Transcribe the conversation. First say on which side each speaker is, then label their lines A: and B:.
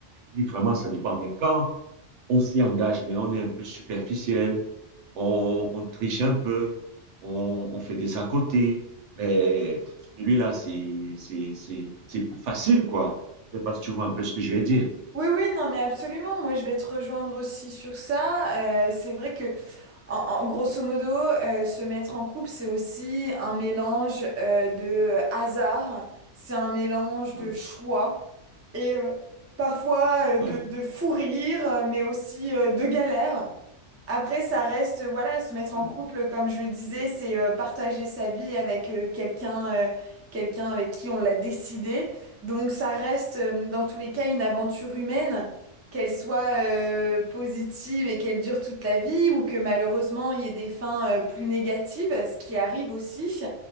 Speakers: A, on the right; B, on the right.
A: oui, vraiment, ça dépend. Mais quand on s'y engage, mais on est un peu superficiel, on, on triche un peu, on, on fait des à côté, mais pour celui-là, c'est, c'est, c'est, c'est plus facile, quoi. Je sais pas si tu vois un peu ce que je vais dire.
B: Oui, oui, non, mais absolument. Moi, je vais te rejoindre aussi sur ça. Euh, c'est vrai que, en, en- grosso modo, euh, se mettre en couple, c'est aussi un mélange euh, de hasard, c'est un mélange
A: Voilà,
B: de choix et euh, parfois euh, de,
A: voilà,
B: de fou rire, euh, mais aussi euh, de galère. Après, ça reste, euh, voilà, se mettre
A: voilà.
B: en couple, comme je le disais, c'est euh, partager sa vie avec euh, quelqu'un, euh, quelqu'un avec qui on l'a décidé. Donc, ça reste, euh, dans tous les cas, une aventure humaine, qu'elle soit euh, positive et qu'elle dure toute la vie, ou que malheureusement, il y ait des fins euh, plus négatives, ce qui arrive aussi.